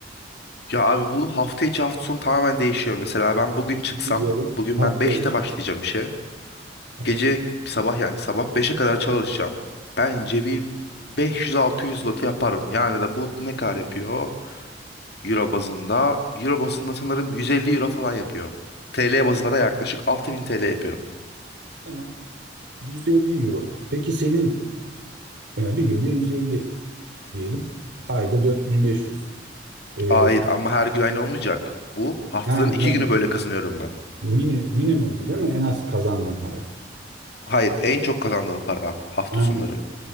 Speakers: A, on the left; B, on the right.
A: Ya abi bu hafta içi hafta sonu tamamen değişiyor. Mesela ben bugün çıksam,
B: Diyelim.
A: bugün
B: Hafta
A: ben 5'te
B: için.
A: başlayacağım işe.
B: Evet.
A: Gece sabah yani sabah beşe kadar çalışacağım. Bence bir 500-600 lot yaparım. Yani de bu ne kadar yapıyor? Euro bazında. Euro bazında sanırım 150 euro falan yapıyor. TL bazında da yaklaşık 6000 TL yapıyor.
B: Tamam. yüz elli euro. Peki senin Yani bir günde 150 diyelim. Ayda 4500. Ee,
A: Hayır ama her gün aynı olmayacak. Bu haftanın
B: ha, anladım.
A: 2 günü böyle kazanıyorum ben.
B: Mini, minimumu değil mi? En az kazandığın para.
A: Hayır en çok kazandığım para hafta
B: Ha,
A: sonları.